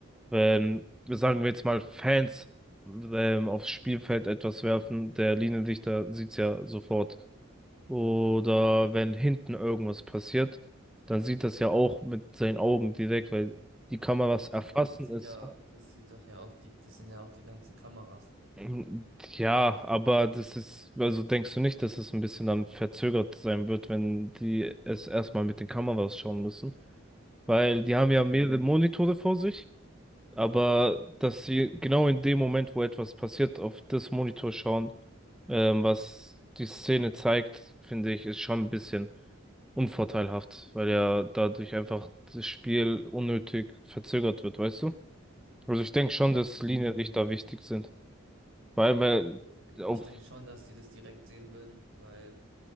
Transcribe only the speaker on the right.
Ja, Aber das sieht
ja, das sieht doch ja auch die, das sind ja auch die ganzen Kameras.
Nee.
Mhm.
Also, Ich
denke schon, dass die das direkt sehen würden, weil,